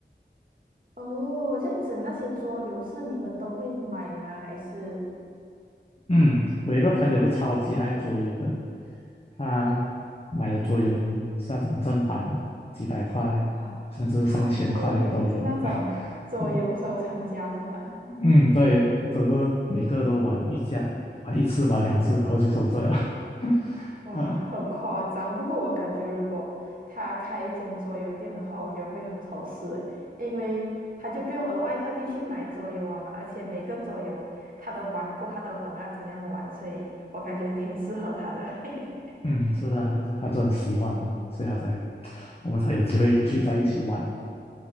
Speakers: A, on the right; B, on the left.
A: 哦，这样子那些桌游是你们都会买吗？还是
B: 嗯，我有一个朋友是超级爱桌游的，他买的桌游是那种正版的，几百块甚至上千块都有。
A: 哇，超贵耶，是那种桌游收藏家是吗？
B: <laughs> 对，嗯，对，他都是每个都玩一下，玩一次，玩两次，然后就收着了。<laughs>
A: 哇，
B: 嗯
A: 很夸张。不过我感觉，如果他开一间桌游店的话，我觉得会很合适诶，因为他就不用额外特地去买桌游啊嘛，而且每个桌游他都玩过，他都懂要怎样玩，所以我感觉挺适合他的。<laughs>
B: 嗯，是的，他就他就很喜欢哦，所以他才 <tsk> 我们才有机会聚在一起玩。
A: 嗯，